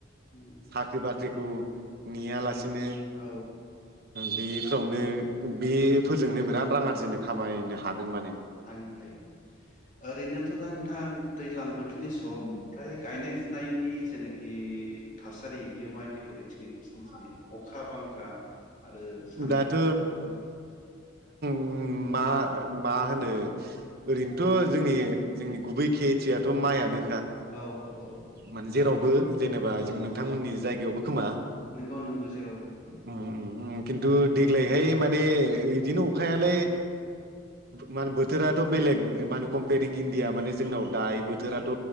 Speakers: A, on the left; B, on the right.
A: उम
B: साख्रि बाख्रि ख्रिखौ नेयालासिनो।
A: औ
B: बेफोरावनो बेफोरजोंनो बिराद रां आरजिनो खामायनो हादों माने
A: हायो हायो ओरैनोथ दा नोंथां दैज्लां बोथोरनि सम ओमफ्राय गायनाय फुनायनि जेनेख बि थासारि यो मादि हरो थिंजाय नोंसिनथिंजाय अखा बां। खा आरो सान्दुंफोर
B: दाथ'
A: दुंना माव
B: ओम मा मा होनो ओरैनोथ' जोंनि जोंनि गुबै खेथियाथ' माइआनो।
A: औ औ औ।
B: माने जेरावबो जेनेबा
A: औ
B: जखुन नोंथांमोननि
A: औ
B: जायगायावबो खोमा?
A: नंगौ नंगौ जेरावबो उम
B: ओम ओम खिन्थु देग्लायहाय माने इदिनो अखायालाय मा होनो बोथोराथ' बेलेग मा होनो कम्पयेरिं इण्डिया माने जोंनाव दायो बोथोराथ'
A: उम